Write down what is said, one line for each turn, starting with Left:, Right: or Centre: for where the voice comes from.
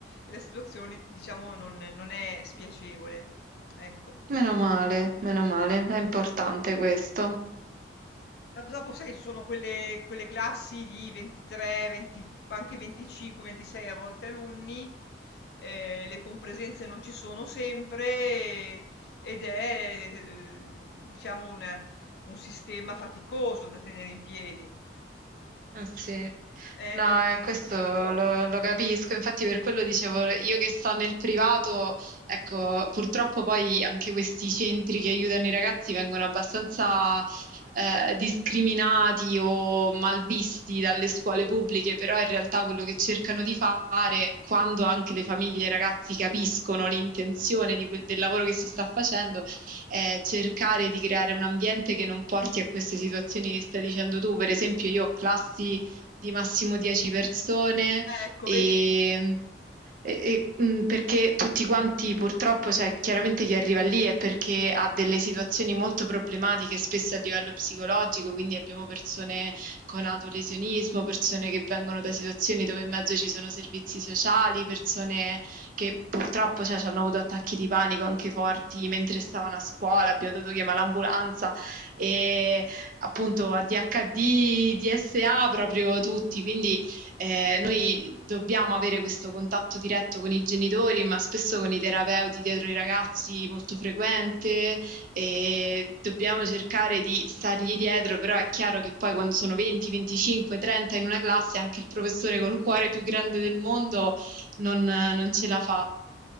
Left: e la situazione diciamo non non è spiacevole, ecco.
Right: Meno male, meno male, è importante questo.
Left: Ma p dopo sai, ci sono quelle quelle classi di 23, 20 anche 25, 26 a volte alunni, ehm, le compresenze non ci sono sempre eh, ed è, ehm, diciamo un un sistema faticoso da tenere in piedi.
Right: Eh sì,
Left: Eh,
Right: no,
Left: eh,
Right: eh,
Left: eh.
Right: questo lo, lo capisco, infatti per quello dicevo io che sto nel privato, ecco, purtroppo poi anche questi centri che aiutano i ragazzi vengono abbastanza eh, discriminati o malvisti dalle scuole pubbliche, però in realtà quello che cercano di fare, quando anche le famiglie e i ragazzi capiscono l'intenzione di quel- del lavoro che si sta facendo, eh, cercare di creare un ambiente che non porti a queste situazioni che stai dicendo tu. Per esempio,
Left: Eh,
Right: io ho classi di massimo 10 persone
Left: ecco
Right: e
Left: vedi?
Right: e- e, mh, perché tutti quanti purtroppo, cioè, chiaramente chi arriva lì è perché ha delle situazioni molto problematiche, spesso a livello psicologico, quindi abbiamo persone con autolesionismo, persone che vengono da situazioni dove in mezzo ci sono servizi sociali, persone che purtroppo, cioè, c'hanno avuto attacchi di panico anche forti mentre stavano a scuola, abbiamo dovuto chiamare l'ambulanza e appunto ADHD, DSA proprio tutti, quindi eh, noi dobbiamo avere questo contatto diretto con i genitori, ma spesso con i terapeuti dietro i ragazzi molto frequente e dobbiamo cercare di stargli dietro, però è chiaro che poi quando sono 20, 25, 30 in una classe anche il professore col cuore più grande del mondo non, non ce la fa.